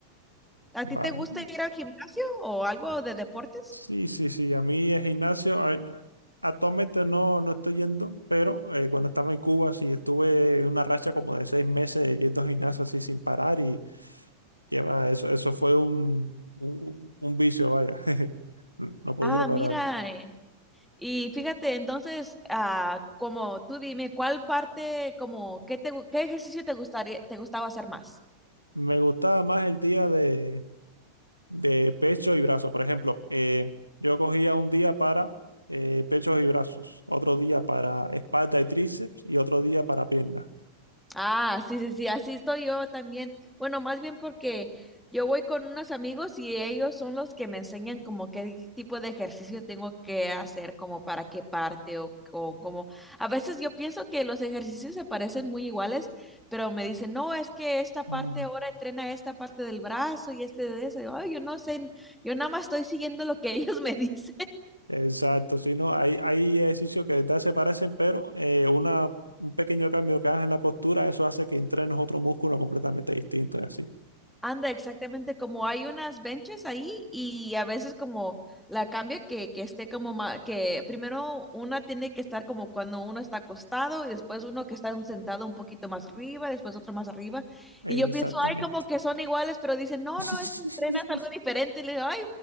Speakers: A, in the centre; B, on the left.
A: ¿A
B: Vale.
A: ti te gusta ir al gimnasio o algo de deportes?
B: Sí, sí, sí. A mí el gimnasio, a- ver, actualmente no, no estoy yendo, pero eh, cuando estaba en Cuba sí estuve en una racha como de seis meses yendo al gimnasio así sin parar y que va, eso, eso fue un, un, un vicio, vaya. <laughs> No podía
A: Ah,
B: parar.
A: mira, eh, y fíjate, entonces, ah, como tú dime, ¿cuál parte, como, qué te, gu- qué ejercicio te gustaría, te gustaba hacer más?
B: Me gustaba más el día de de pecho y brazos. Por ejemplo, eh, yo cogía un día para eh, pechos y brazos, otro día para espalda y tríceps y otro día para piernas.
A: Ah, sí, sí, sí, así estoy yo también. Bueno, más bien porque yo voy con unos amigos y ellos son los que me enseñan como qué tipo de ejercicio tengo que hacer, como para qué parte o, o como... A veces yo pienso que los ejercicios se parecen muy iguales, pero me dicen, no, es que esta parte
B: Mm,
A: ahora entrena esta parte del brazo y este de eso. Y yo, Ay, yo no sé, yo nada más estoy siguiendo lo que <laughs> ellos me dicen.
B: Exacto, sí, no, hay, hay ejercicios que de verdad se parecen, pero eh, una, un pequeño cambio que hagas en la postura, eso hace que entrenes otro músculo completamente distinto y así.
A: Anda, exactamente, como hay unas benches ahí y a veces como la cambia que, que esté como ma- que primero una tiene que estar como cuando uno está acostado y después uno que está un sentado un poquito más arriba, después otro más arriba.
B: Exactamente.
A: Y yo pienso, ay, como que son iguales, pero dicen, no,
B: <laughs>
A: no, es que entrenas algo diferente. Y le digo, ay,